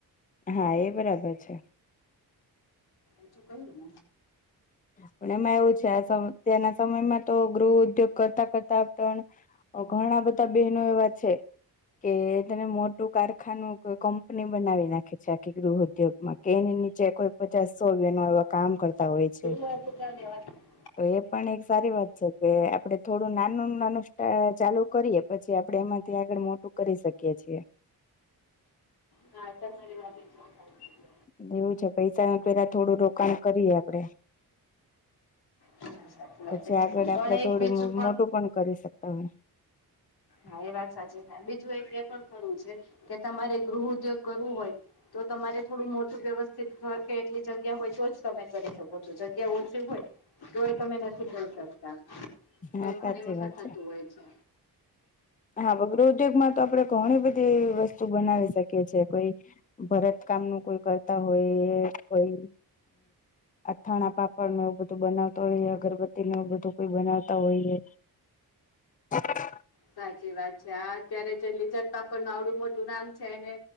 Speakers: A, on the left; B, on the left.
A: હા એ બરાબર છે.
B: બચ કોઈ બ
A: પણ એમાં એવું છે આ ત્યાંના સમયમાં તો ગૃહ ઉદ્યોગ કરતા કરતા તણ ઘણા બધા બહેનો એવા છે કે તને મોટું કારખાનું કંપની બનાવી નાખે છે આખી ગૃહ ઉદ્યોગમાં કે એ નીચે કોઈ પચાસ બનો એવા કામ કરતા હોય છે.
B: <unintelligible>
A: તો એ પણ એક સારી વાત છે કે આપડે થોડું નાનું નાનુંષા ચાલુ કરીએ પછી આપણેે એમાંથી આગળ મોટું કરી શકીએ છીએ.
B: ના તમારી વાત શ થાય.
A: લે એવું છે પૈસા ન પેલા થોડું રોકાણ કરીએ આપડે.
B: ના સાચી વાત
A: પછી
B: છે
A: આગળ
B: પણ
A: આપડે
B: એક
A: થોડું
B: બીજું
A: મોટું પણ કરી શકતા હોય.
B: હા એ વાત સાચી છે બીજું એક એ પણ ખરું છે કે તમારે ગૃહ ઉદ્યોગ કરવું હોય. તો તમારે થોડું મોટું વ્યવસ્થિત ઘ કે એટલી જગ્યા હોય તો જ તમે કરી શકો છો જગ્યા ઓછી હોય. તો એ તમે નથી કરી શકતા એવું
A: હા
B: ઘણી
A: સાચી
B: વખત
A: વાત છે
B: થતું હોય છે.
A: હા વગૃહ ઉદ્યોગમાં તો આપડણે ઘણી બધી વસ્તુ બનાવી શકીએ. કે જે કોઈ ભરત કામ નું કોઈ કરતા હોય કોઈ અથાણા પાપડ ન એવું બધું બનાવતો હોઈએ અગરબત્તી ન એવું બધું કોઈ બનાવતા હોઈએ હા
B: સાચી વાત છે હા અત્યારે જે લિજત પાપડ ન આવડું મોટું નામ છે એને